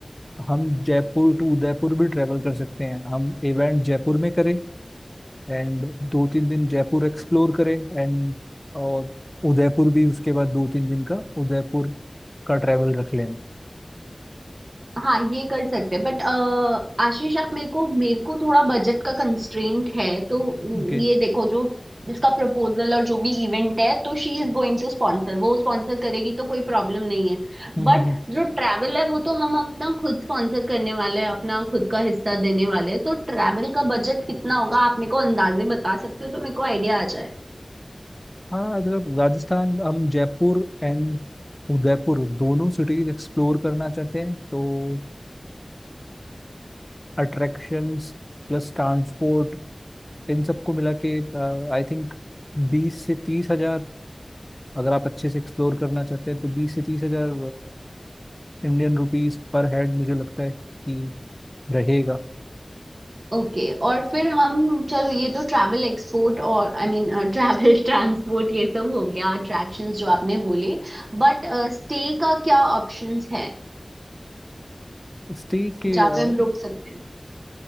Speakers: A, on the left (about 15°); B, on the right (about 60°).
A: हम जयपुर टू उदयपुर भी ट्रेवल कर सकते हैं हम इवेंट जयपुर में करें एंड दो तीन दिन जयपुर एक्सप्लोर करें एंड और उदयपुर भी उसके बाद दो तीन दिन का उदयपुर का ट्रैवल रख लें
B: हाँ ये कर सकते हैं बट आशीष आप मेरे को मेरे को थोड़ा बजट का कंस्ट्रेंट है तो
A: ओके
B: ये देखो जो जिसका प्रपोजल और जो भी इवेंट है तो she is going to sponsor वो स्पॉन्सर करेगी तो कोई प्रॉब्लम नहीं है
A: हम्म
B: बट
A: हम्म हम्म।
B: जो ट्रैवल है वो तो हम अपना खुद स्पॉन्सर करने वाले हैं अपना खुद का हिस्सा देने वाले हैं तो ट्रैवल का बजट कितना होगा आप मेरे को अंदाजे बता सकते हो तो मेरे को आइडिया आ जाए
A: हाँ मतलब राजस्थान हम जयपुर एंड उदयपुर दोनों सिटीज एक्सप्लोर करना चाहते हैं तो अट्रैक्शंस प्लस ट्रांसपोर्ट इन सबको मिला के आई थिंक बीस से तीस हजार अगर आप अच्छे से एक्सप्लोर करना चाहते हैं तो बीस से तीस हजार इंडियन रुपीस पर हेड मुझे लगता है कि रहेगा
B: ओके और फिर हम चलो ये तो ट्रैवल एक्सपोर्ट और आई मीन ट्रैवल ट्रांसपोर्ट <laughs> ये सब हो गया अट्रैक्शंस जो आपने बोले बट स्टे का क्या ऑप्शंस है
A: स्टे के
B: जहाँ
A: अ,
B: पे हम रुक सकते हैं